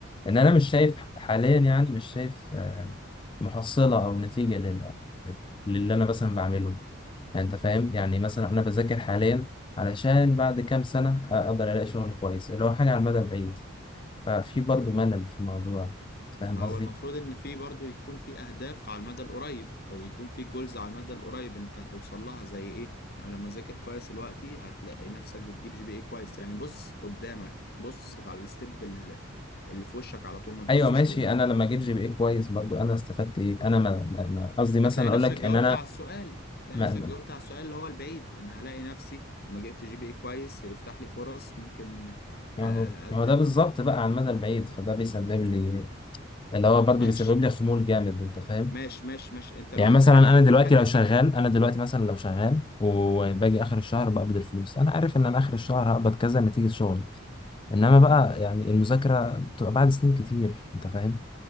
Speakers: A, on the left; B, on the left.
A: ان انا مش شايف حاليا يعني مش شايف آه، محصله او نتيجه لل... للي انا مثلا بعمله يعني انت فاهم يعني مثلا انا بذاكر حاليا علشان بعد كام سنه اقدر الاقي شغل كويس اللي هو حاجه على المدى البعيد ففي برضو ملل في الموضوع فاهم
B: ما هو
A: قصدي
B: المفروض ان في برضو يكون في اهداف على المدى القريب او يكون في جولز على المدى القريب انت هتوصل لها زي ايه انا لما اذاكر كويس دلوقتي هتلاقي نفسك بتجيب جي بي اي كويس يعني بص قدامك بص على الستيب ال- اللي في وشك على طول ما تبصش
A: ايوه ماشي
B: لقدام
A: انا
B: خالص
A: لما اجيب جي بي اي كويس برضو انا استفدت ايه انا ما ما- ما- قصدي مثلا
B: هتلاقي
A: اقول
B: نفسك
A: لك
B: جاوبت
A: ان
B: على السؤال هتلاقي
A: انا
B: نفسك جاوبت على السؤال اللي هو البعيد ان هلاقي نفسي لما جبت جي بي اي كويس هيفتح لي فرص ممكن آه،
A: ما هو
B: اقدم
A: ما هو ده بالظبط بقى على المدى البعيد فده بيسبب لي اللي هو برضه
B: ماشي
A: بيسبب لي خمول جامد انت فاهم
B: ماشي ماشي ماشي انت دلوقتي
A: يعني مثلا
B: حاجة
A: انا
B: هتجيب
A: دلوقتي
B: حاجة
A: لو
B: هتجيب
A: شغال
B: حاجة
A: انا دلوقتي مثلا لو شغال وباجي اخر الشهر بقبض الفلوس انا عارف ان انا اخر الشهر هقبض كذا نتيجة شغلي انما بقى
B: مم.
A: يعني المذاكرة بتبقى بعد سنين كتير انت فاهم